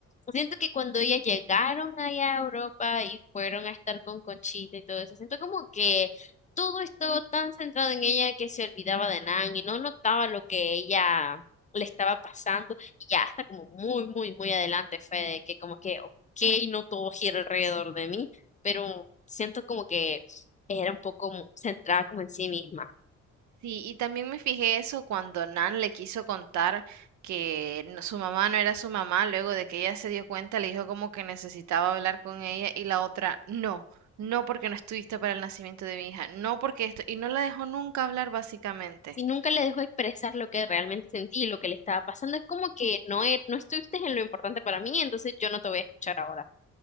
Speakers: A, on the left (about 25°); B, on the right (about 70°).
A: siento que cuando ellas llegaron allá a Europa y fueron a estar con Conchita y todo eso, siento como que todo estuvo tan centrado en ella que se olvidaba de Nan y no notaba lo que ella le estaba pasando y ya hasta como muy, muy, muy adelante fue de que como que, ok, no todo gira alrededor de mí, pero siento como que era un poco mu- centrada como en sí misma.
B: Sí, y también me fijé eso cuando Nan le quiso contar que no- su mamá no era su mamá, luego de que ella se dio cuenta, le dijo como que necesitaba hablar con ella y la otra, no, no porque no estuviste para el nacimiento de mi hija, no porque esto, y no la dejó nunca hablar básicamente.
A: Si nunca le dejó expresar lo que realmente sentí y lo que le estaba pasando, es como que no, e- no estuviste en lo importante para mí, entonces yo no te voy a escuchar ahora.